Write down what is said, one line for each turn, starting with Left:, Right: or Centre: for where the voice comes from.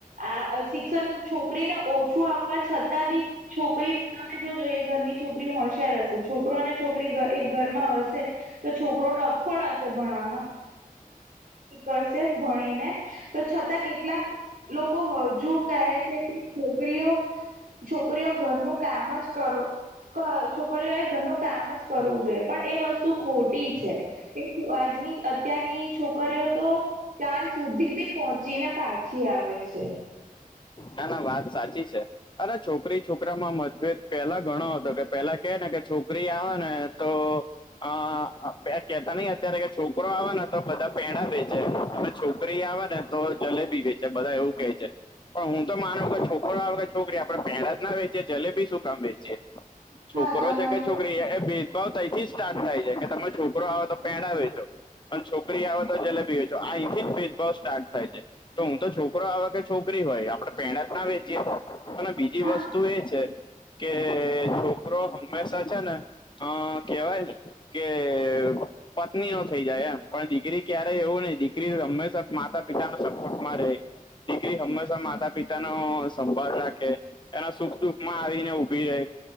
Right: આ શિક્ષણ છોકરીને ઓછું આપવા છતાં બી- છોકરી તમે જો જો, ઘરની છોકરી હોશિયાર હશે. છોકરો અને છોકરી એક ઘરમાં- -તો છોકરો ડફોળ હશે ભણવામાં- કરશે ભણીને તો છતાં કેટલાક- લોકો, હજુ કહે છે કે છોકરીઓ- છોકરીઓ, ઘરનું કામ જ કરો છોકરીઓએ ઘરનું કામ જ કરવું જોઈએ, પણ એ વસ્તુ ખોટી છે. કે આજની, અત્યારની છોકરીઓ તો! -ચાંંદ સુધી બી પહોંચી ને પાછી આવે છે.
Left: ના, ના, વાત સાચી છે. અરે, છોકરી છોકરામાં મતભેદ પેલા ઘણો હતો. કે પેલા કે ને કે, છોકરી આવે ને તો- અ કેતા નઈ અત્યારે, છોકરો આવે ને તો બધા પેંડા વેચે અને છોકરી આવે ને- તો, જલેબી વેચે બધા એવું કહે છે. પણ, હું તો માનું કે, છોકરો આવે કે છોકરી, આપણે પેંડા જ ના વેચીએ જલેબી શું કામ વેચીએ. છોકરો
Right: હા તમારી
Left: છે કે, છોકરી એ- બઉ તૈથી સ્ટાર્ટ થાય છે કે, તમે છોકરો આવે તો પેંડા વેચો. અને છોકરી આવે તો જલેબી વેચો, આ અહીંથી જ ભેદભાવ સ્ટાર્ટ થાય છે. તો હુંતો, છોકરો આવે કે છોકરી- જેબી હોય, આપણે પેંડા જ ના વેચી એ, અને બીજી
Right: હા
Left: વસ્તુ એ છે- કે, છોકરો હંમેશા છે ને, અ કેવાય- કે- પત્નીનો થઇ જાય એમ, પણ દીકરી, ક્યારેય એવું નહી, દીકરી હંમેશા માતા પિતાનો સપોર્ટ માં રહે. દીકરી હંમે- માતા પિતા નો સંભાળ રાખે, એના સુખ દુખ માં આવીને ઉભી રહે.